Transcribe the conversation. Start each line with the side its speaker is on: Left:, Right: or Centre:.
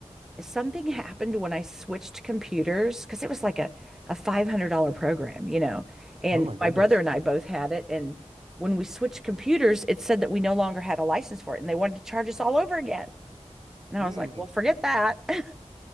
Centre: something happened when I switched computers because it was like a, a $500 program, you know. And
Right: oh my goodness.
Centre: my brother and I both had it. And when we switched computers, it said that we no longer had a license for it and they wanted to charge us all over again. And
Right: Hmm.
Centre: I was like, well, forget that. <laughs> I'm